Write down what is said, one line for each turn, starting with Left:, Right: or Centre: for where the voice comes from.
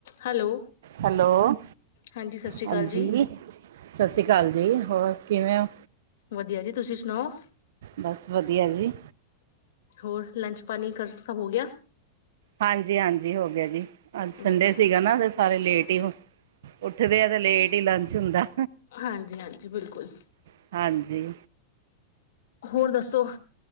Left: Hello.
Right: Hello
Left: ਹਾਂਜੀ ਸਤਿ ਸ਼੍ਰੀ
Right: ਹਾਂਜੀ
Left: ਅਕਾਲ ਜੀ
Right: ਸਤਿ ਸ਼੍ਰੀ ਅਕਾਲ ਜੀ ਹੋਰ। ਕਿਵੇਂ ਹੋ?
Left: ਵਧੀਆ ਜੀ ਤੁਸੀਂ ਸੁਣਾਓ
Right: ਬਸ ਵਧੀਆ ਜੀ
Left: ਹੋਰ ਲੰਚ ਪਾਣੀ ਕ ਸਭ ਹੋ ਗਿਆ।
Right: ਹਾਂਜੀ ਹਾਂਜੀ ਹੋ ਗਿਆ ਜੀ। ਅੱਜ ਸੰਡੇ
Left: ਵਧੀਆ
Right: ਸੀਗਾ ਨਾ ਤੇ ਸਾਰੇ ਲੇਟ ਉੱਠਦੇ ਆ ਤੇ ਲੇਟ ਹੀ ਲੰਚ ਹੁੰਦਾ।
Left: ਹਾਂਜੀ ਹਾਂਜੀ ਬਿਲਕੁਲ।
Right: ਹਾਂਜੀ
Left: ਹੋਰ ਦੱਸੋ